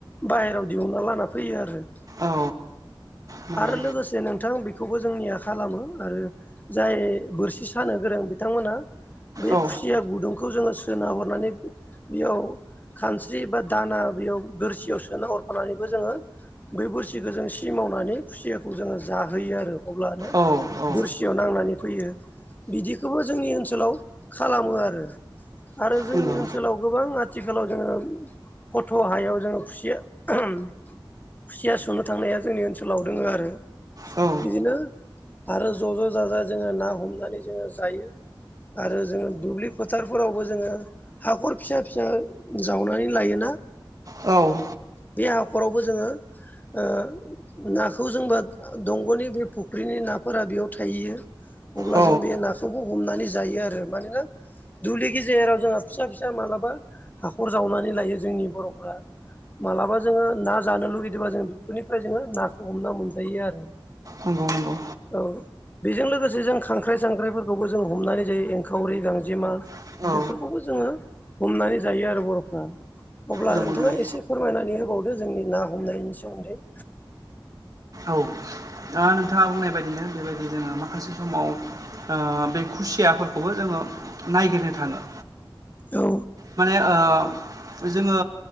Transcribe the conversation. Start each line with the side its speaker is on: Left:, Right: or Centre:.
Left: बाहहेरायाव दिहुनना लाना फैयो आरो।
Right: औ नंगौ
Left: आरो लोगोसे नोंथां बेखौबो जोंनिया खालामो आरो। जाय बोरसि सानो गोरों बिथांमोना बै
Right: औ
Left: खुसिया गुदुंखौ जोङो सोना हरनानै बेयाव खानस्रि बा दाना बेयाव बोरसियाव सोनो हरफानानैबो जोङो बै बोरसिखौ जों सि मावनानै खुसियाखौ जोङो जाहोयो आरो अब्लानो
Right: औ औ
Left: बोरसियाव नांनानै फैयो बिदिखौबो जोंनि ओनसोलाव खालामो आरो। आरो जोंनि
Right: नंगौ
Left: ओनसोलाव गोबां आथिखालाव जोङो फट' हायाव जोङो खुसेया खुसिया सुनो थांनाया जोंनि ओनसोलाव दोङो आरो।
Right: औ
Left: बिदिनो आरो ज' ज' जाजा जोङो ना हमनानै जोङो जायो। आरो जोङो दुब्लि फोथारफोरावबो जोङो हाखर फिसा फिसा जावनानै लायोना ।
Right: औ।
Left: बे हााखरावबो जोङो ओ नाखौ जोंबा दंग'नि बे फुख्रिनि नाफोरा बेयाव थाहैयो। अब्ला
Right: औ
Left: जों बे नाखौामखौ हमनानै जायो आरो, मानोना दुब्लि गेजेराव जोंहा फिसा फिसा मालाबा हाखर जावनानै लायो जोंनि बर'फोरा । मालाबा जोङो ना जानो लुगैदोंबा जों बेफोरनिफ्राय जोङो नाखौ हमना मोनजायो आरो।
Right: नंगौ नंगौ।
Left: औ बेजों लोगोसे जों खांख्राइ सांख्राइफोरखौबो जों हमनानै जायो एनखावरि गांजेमा
Right: औ
Left: बेफोरखौबो जोङो हमनानै जायो आरो बर'फ्रा। अब्ला
Right: नंगौ
Left: नोंथाङा
Right: नंगौ
Left: एसे फोरमायनानै होबावदो जोंनि ना हमनायनि सोमोन्दै ।
Right: औ। द नोंथाङा बुंनाय बायदिनो बेबायदि जोङो माखासे समाव बे खुसियाफोरखौबो जोङो नायगिरनो थाङो।
Left: औ।
Right: माने ओ जोङो